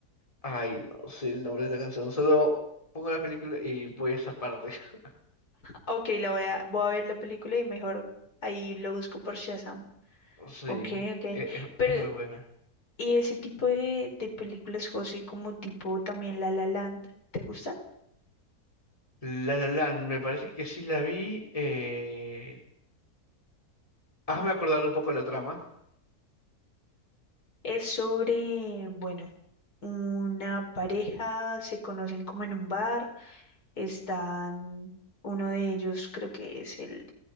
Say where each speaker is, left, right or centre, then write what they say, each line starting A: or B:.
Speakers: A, on the left (about 20°); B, on the left (about 75°).
A: Ay, no sé el nombre de la canción. Solo pongo la película y voy a esa parte. <laughs>
B: Ok, la voy a, voy a ver la película y mejor ahí lo busco por Shazam.
A: Sí,
B: Ok, ok.
A: e- es,
B: Pero,
A: es muy buena.
B: ¿y ese tipo de, de películas, José, como tipo también La La Land, ¿te gusta?
A: La La Land, me parece que sí la vi. Eh... Hazme acordar un poco la trama.
B: Es sobre, bueno, una pareja, se conocen como en un bar están, uno de ellos creo que es el